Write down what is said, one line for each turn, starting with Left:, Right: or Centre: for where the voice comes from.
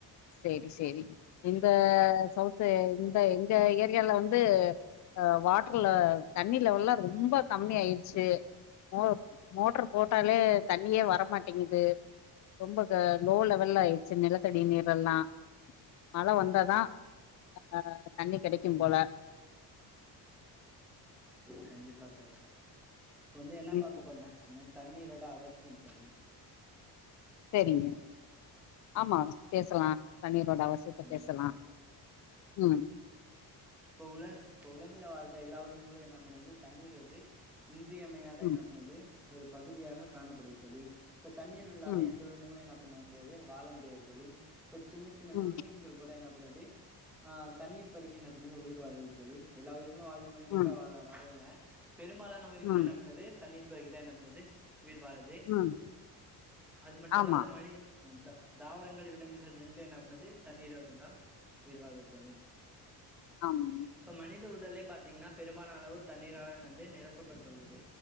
Left: சரி சரி இந்த சௌசு இந்த எங்க ஏரியால வந்து ஆ வாட்டர்ல தண்ணி லெவல்லா ரொம்ப கம்மி ஆயிர்ச்சு மோ மோட்டர் போட்டாலே தண்ணியே வரமாட்டேங்குது ரொம்ப க லோ லெவல்ல ஆய் சு நிலத்தடி நீரெல்லா மழ வந்தாதா அ தண்ணி கெடைக்கு போல
Centre: கண்டிப்பா தோழி இப்ப வந்து என்ன
Left: ம்
Centre: பாக்க போறோனா சுன்னா தண்ணீரோட அவசியோ தோழி
Left: சரிங்க ஆமா பேசலா தண்ணீரோட அவச் திருப்பி
Centre: ஆமாங்
Left: பேசலா
Centre: தோழி
Left: ம்
Centre: இப்போ உள்ள போ உலகுல வாழ்ற எல்லா உயிரிணங்களு என்ன பண்ணுது தண்ணீர் வந்து இன்றியமையாத
Left: ம்
Centre: என்ன பண்ணுது ஒரு பகுதியாக காணப்படுது தோழி இப்ப தண்ணீர் இல்லாத
Left: ம்
Centre: எந்த உயி ரிணங்களு என்ன பண்ண முடியாது வாழ முடியாது தோழி இப்ப சின்ன சின்ன
Left: ம்
Centre: நுண்ணுயிர்கள் கூட என்ன பண்ணுது ஆ தண்ணீர் பருகி என்ன பண்ணது உயிர் வாழுது தோழி எல்லா உயிர்களு வாழ் னோனு கெட்டா
Left: ம்
Centre: வாழா வாழல பெரும்பாலான உயிர்கள்
Left: ம்
Centre: என்னா பண்ணது தண்ணீர் பருகிதா என்ன பன்னுது உயிர் வாழு து
Left: ம்
Centre: அது மட்டு
Left: ஆமா
Centre: இல்லாத மணி அத்தா தாவரங்கள் விலங்குகள் ரெண்டு என்ன பன்னுது தண்ணீரோட தா உயிர் வாழுது தோழி
Left: ஆமா
Centre: இப்போ மனித உடலே பாத்தீங்கன்னா பெரும்பால அளவு தண்ணீரால என்னது நிரப்பப்பட்டுள்ளது